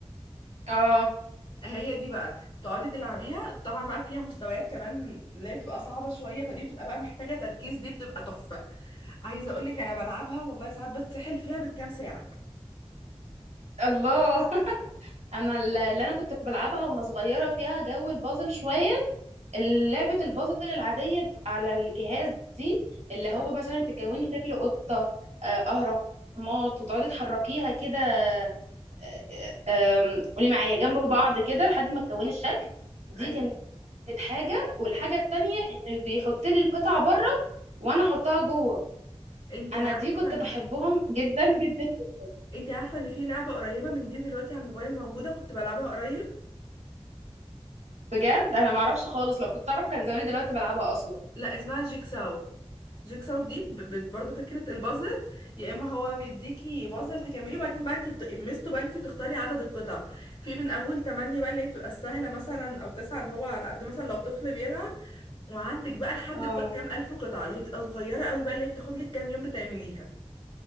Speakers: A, on the right (about 80°); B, on the left (about 45°).
A: اه
B: هي دي بقى تقعدي تلعبيها طبعا بقى فيها مستويات كمان اللي هي بتبقى صعبة شوية فدي بتبقى بقى محتاجة تركيز دي بتبقى تحفة عايزة اقولك انا بلعبها والله ساعات بتسحل فيها بالكام ساعة
A: الله <laughs> انا ال- اللي انا كنت بلعبها وانا صغيره فيها جو البازل شويه لعبه البازل العاديه بتبقى على الجهاز دي اللي هو
B: اه
A: مثلا تكوني شكل قطه آه، اهرامات وتقعدي تحركيها كده آه، آه، آم، قولي معايا جنب بعض كده لحد ما تكوني الشكل دي
B: ايوه
A: كانت كانت حاجة والحاجة التانية ان بيحط لي القطعة بره وانا احطها جوه
B: انت
A: انا
B: عارفة
A: دي كنت
B: إن-
A: بحبهم جدا جدا
B: انت عارفة ان في لعبة قريبة من دي دلوقتي على الموبايل موجودة كنت بلعبها قريب
A: بجد انا معرفش خالص لو كنت اعرف كان زماني دلوقتي بلعبها اصلا
B: لا اسمها جيكساو جيكساو دي ب- بت- برضو فكرة البازل يا اما هو بيديكي بازل تكمليه وبعدين بقى انت بت... ميزته بقى انت بتختاري عدد القطع في من اول 8 بقى اللي هي بتبقى السهلة مثلا او 9 اللي هو على قد مثلا لو طفل بيلعب وعندك بقى لحد
A: اه
B: ق- كام الف قطعة اللي هي بتبقى صغيرة قوي بقى اللي هي بتاخد لك كام يوم بتعمليها